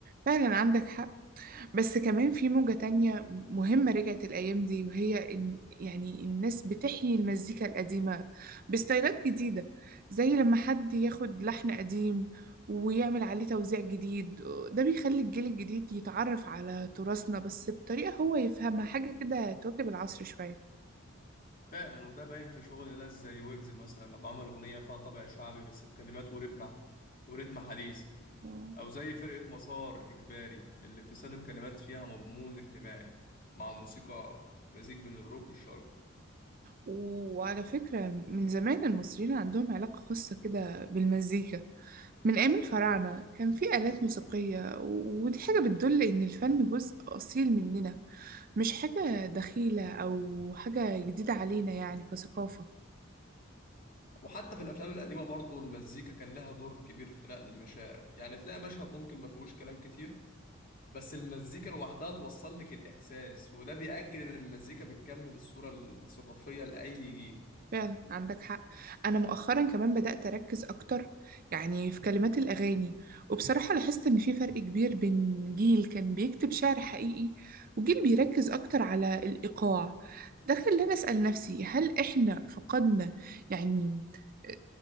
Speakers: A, on the right (about 45°); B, on the left (about 45°).
A: فعلا عندك حق بس كمان في موجة تانية مهمة رجعت الأيام دي وهي إن يعني الناس بتحيي المزيكا القديمة بستايلات جديدة زي لما حد ياخد لحن قديم ويعمل عليه توزيع جديد ده بيخلي الجيل الجديد يتعرف على تراثنا بس بطريقة هو يفهمها حاجة كده تواكب العصر شوية
B: فعلا وده باين في شغل ناس زي ويجز مثلا لما عمل أغنية فيها طابع شعبي بس بكلمات ورتم ورتم حديث
A: مم.
B: أو زي فرقة مسار إجباري اللي بتستخدم كلمات فيها مضمون اجتماعي مع موسيقى مزيج بين الروك والشرق
A: وعلى فكرة من زمان المصريين عندهم علاقة خاصة كده بالمزيكا من أيام الفراعنة كان في آلات موسيقية و- ودي حاجة بتدل إن الفن جزء أصيل مننا مش حاجة دخيلة أو حاجة جديدة علينا يعني كثقافة
B: وحتى في الأفلام القديمة برضو المزيكا كان لها دور كبير في نقل المشاعر يعني تلاقي مشهد ممكن ما فيهوش كلام كتير بس المزيكا لوحدها توصل لك الإحساس وده بيأكد إن المزيكا بتكمل الصورة الثقافية لأي جيل
A: فعلا عندك حق انا مؤخرا كمان بدأت اركز اكتر يعني في كلمات الاغاني وبصراحة لاحظت ان في فرق كبير بين جيل كان بيكتب شعر حقيقي وجيل بيركز اكتر على الايقاع ده خلاني اسأل نفسي هل احنا فقدنا يعني آه،